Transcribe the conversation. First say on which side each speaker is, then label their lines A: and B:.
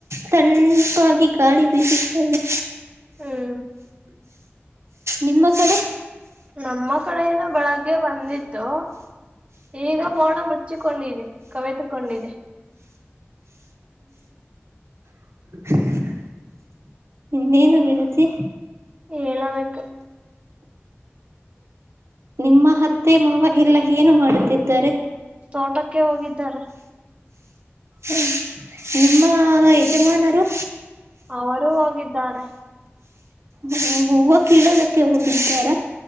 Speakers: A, on the right; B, on the right.
A: ಕಣಪಾಗಿ ಗಾಳಿ ಬೀಸುತ್ತ ಇ
B: ಹ್ಮ್
A: ನಿಮ್ಮ ಕಡೆ
B: ನಮ್ಮ ಕಡೆ ಏನ ಬೆಳಗ್ಗೆ ಬಂದಿತ್ತು ಈಗ ಮೋಣ ಮುಚ್ಚಿಕೊಂಡಿದೆ ಕವೆತುಕೊಂಡಿದೆ <inaudible>
A: <inaudible> ಇನ್ನೇನು ಗೆಳತಿ
B: ಹೇಳಬೇಕು
A: ನಿಮ್ಮ ಹತ್ತೆ ಮಾವ ಎಲ್ಲ ಏನು ಮಾಡುತ್ತಿದ್ದಾರೆ
B: ತೋಟಕ್ಕೆ ಹೋಗಿದ್ದಾರೆ
A: ಹ್ಮ ನಿಮ್ಮ ಯಜಮಾನರು
B: ಅವರುೂ ಹೋಗಿದ್ದಾರೆ
A: ಹ್ಮ ಹೂವು ಕಳೋದಕ್ಕೆ ಹೋಗಿದ್ದಾರ